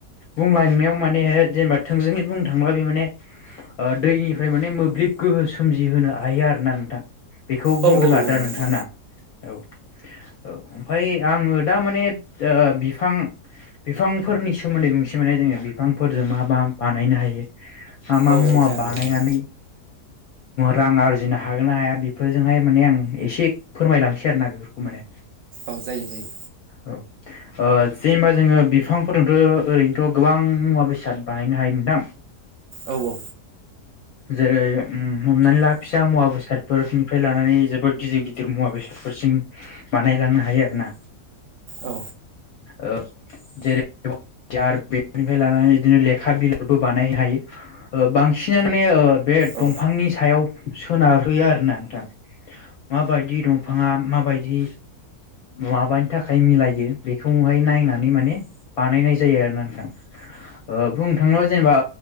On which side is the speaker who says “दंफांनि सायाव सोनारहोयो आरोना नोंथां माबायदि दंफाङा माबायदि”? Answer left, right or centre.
Left